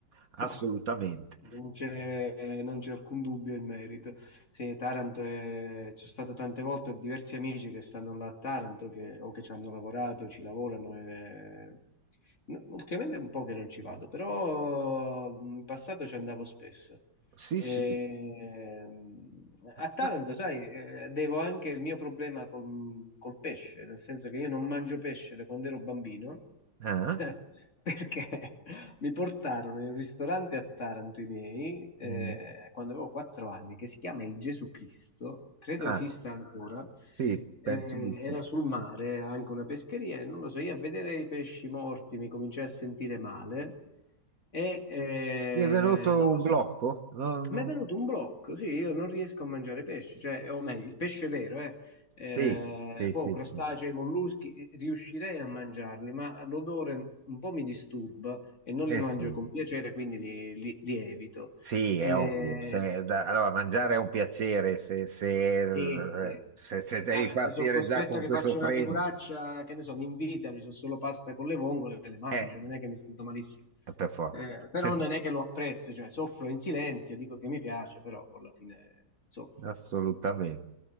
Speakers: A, on the right; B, on the left.
A: assolutamente.
B: <laughs> Non c'è non c'è alcun dubbio in merito. Sì, Taranto è... c'è stato tante volte, ho diversi amici che stanno là a Taranto che- o che ci hanno lavorato, ci lavorano. e- N- Ultimamente è un po' che non ci vado, però mm, in passato ci andavo spesso.
A: Sì,
B: Ehm,
A: sì.
B: a Taranto,
A: Ma-
B: sai, eh, devo anche il mio problema con- col pesce, nel senso che io non mangio pesce da quando ero bambino,
A: Ah,
B: <laughs> perché mi portarono in un ristorante a Taranto i miei, eh,
A: mm.
B: quando avevo quattro anni, che si chiama il Gesù Cristo, credo
A: Ah,
B: esista ancora.
A: sì,
B: Eh,
A: penso di
B: era
A: sì.
B: sul mare anche una pescheria, e non lo so, io a vedere i pesci morti mi cominciai a sentire male e eh,
A: Ti è venuto
B: non lo
A: un
B: so.
A: blocco? No, no.
B: Mi è venuto un blocco, sì, io non riesco a mangiare pesce, cioè, o meglio, il pesce vero, eh. Eh,
A: Sì, sì,
B: poi
A: sì,
B: crostacei,
A: sì.
B: molluschi, eh, riuscirei a mangiarli, ma l'odore un po' mi disturba e non
A: Eh,
B: li mangio
A: sì.
B: con piacere, quindi li, li- li evito.
A: Sì,
B: Eh,
A: è ovvio. Se- da- allora, mangiare è un piacere se, se-
B: sì, sì.
A: se- se devi
B: Ah,
A: partire
B: beh, se sono costretto
A: già con
B: a che
A: questo
B: faccio
A: freno,
B: una figuraccia, che ne so, mi invitano, ci sono solo pasta con le vongole, e le mangio,
A: eh,
B: non è che mi sento malissimo.
A: per forza.
B: Eh, però
A: <laughs>
B: non è che lo apprezzo, cioè soffro in silenzio, dico che mi piace, però poi alla fine soffro.
A: Assolutamente.